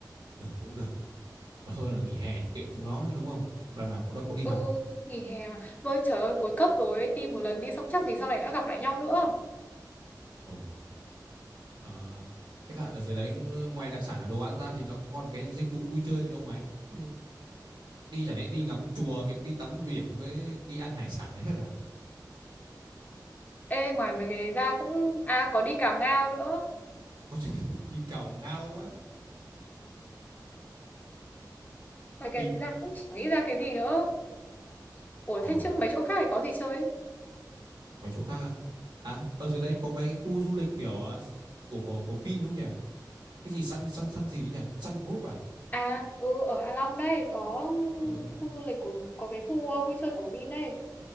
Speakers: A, on the right; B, on the left.
A: ừ, cũng được mà thôi là nghỉ hè thì kệ chúng nó chứ đúng không đằng nào cũng đâu có đi
B: ừ
A: học
B: nghỉ hè mà vôi trời ơi cuối cấp rồi ấy, đi một lần đi xong chắc gì sau này đã gặp lại nhau nữa
A: Ừ. Ờ, Tất cả ở dưới đấy ờ, ngoài đặc sản là đồ ăn ra thì nó cũng còn cái dịch vụ vui chơi thì không mấy. Ừ, Đi chẳng lẽ đi ngắm chùa với đi tắm biển với đi ăn hải sản là hết à?
B: ê ngoài mấy cái đấy ra cũng à có đi cào ngao nữa
A: Có gì <laughs> đi cào ngao quá.
B: Ngoài cái
A: Ý,
B: đấy ra cũng chẳng nghĩ ra cái gì nữa ủa
A: ờ,
B: thế chứ mấy chỗ khác thì có gì chơi
A: mấy chỗ khác à? À, ở dưới đấy có mấy cái khu du lịch kiểu ờ, của của, của Vin đúng không nhỉ? Cái gì Sun Sun Sun gì ấy nhỉ? Sun Group à?
B: À, ừ, ở Hạ Long đây có
A: Ờ,
B: khu du lịch của có cái khu uh, vui chơi của Vin đây.